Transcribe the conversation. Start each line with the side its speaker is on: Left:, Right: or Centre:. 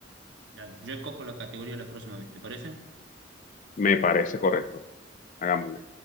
Right: dale, yo escojo la categoría la próxima vez, ¿te parece?
Left: Me parece correcto. Hagámoslo.